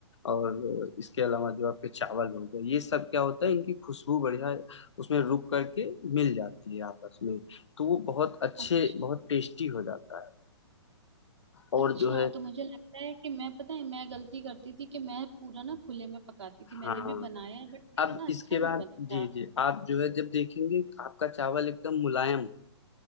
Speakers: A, on the left (about 85°); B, on the right (about 75°).
A: और इसके अलावा जो आपके चावल हो गए ये सब क्या होता है इनकी खुशबू बढ़िया उसमें रुक करके मिल जाती है आपस में तो वो बहुत अच्छे
B: अच्छा
A: बहुत टेस्टी हो जाता है और
B: अच्छा
A: जो है
B: तो मुझे लगता है कि मैं पता है मैं गलती करती थी कि मैं पूरा ना खुले में पकाती
A: हाँ
B: थी मैंने भी बनाया है बट मेरा
A: अब
B: ना
A: इसके
B: अच्छा
A: बाद
B: नहीं बनता
A: जी जी आप जो है जब देखेंगे आपका चावल एकदम मुलायम